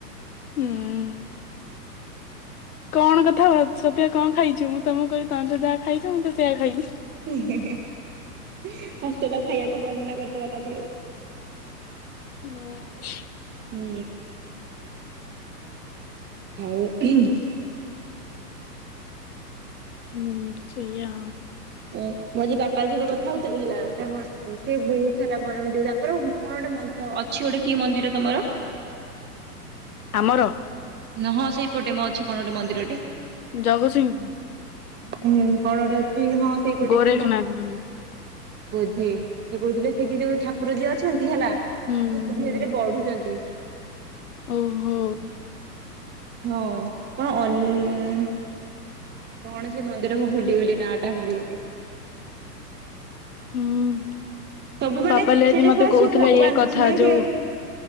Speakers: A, on the left; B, on the right.
A: ହୁଁ ଉଁ। କଣ କଥା ହବ ସତରେ କଣ ଖାଇଛୁ ମୁଁ ତମକୁ କହିଲି ତମେ ତ ଯାହା ଖାଇଛ ମୁଁ ତ ସେୟଆ ଖାଇଚି।
B: ହଷ୍ଟେଲ ଖାଇବାକୁ ବର୍ଣ୍ଣନା କରିଦେବା ତାପରେ ଆଉ। <inaudible>
A: <inaudible>
B: ହୁଁ। ଆଉ ହିମ୍।
A: ହୁଁ ସେଇଆ।
B: ଓ ମୋ ଯ ବାପା ସହିତ କଥା ହଉଥିଲି ହେଲା ତା ସେ ବହୁତ ସାରା ମନ ତାଙ୍କର କଣ ଗୋଟେ ମନ୍ତ ଅଛି ଗୋଟେ କିଏ ମନ୍ଦିର ତମର
A: ଆମର
B: ହଁ ସେଇପଟେ ମ ଅଛି କଣ ଗୋଟେ ମନ୍ଦିରଟେ
A: ଜଗତସିଂହୁ ପୁର।
B: ହଁ କଣଟେ ଅଛି ହଁ ସେଇପଟେ
A: ଗୋରେଖନାଥ
B: କି ମଠ
A: ମନ୍ଦିର
B: ବୋଧେ ସେ କହୁଥିଲେ ସେଠି
A: ହୁଁ
B: ଯୋଉ ଠାକୁର ଯିଏ ଅଛନ୍ତି ହେଲା ସେ
A: ହୁଁ
B: ଧୀରେ
A: ହୁଁ
B: ଧୀରେ ବଢୁଚନ୍ତି।
A: ଓହୋ।
B: ହଁ କଣ ଅଲ୍‌ କଣ ସେ ମନ୍ଦିର ମୁଁ ଭୁଲିଗଲି ନା ଟା ଭୁଲିଗଲି।
A: ହୁଁ।
B: ସବୁ ମାନେ
A: ପାପାଲି ଆଜି
B: ସେ ଯୋଉରେ
A: ମତେ କହୁଥିଲା
B: ସ ଭଗବାନ
A: ଇଏ କଥା
B: ସେମାନେ
A: ଯୋଉ
B: ସେ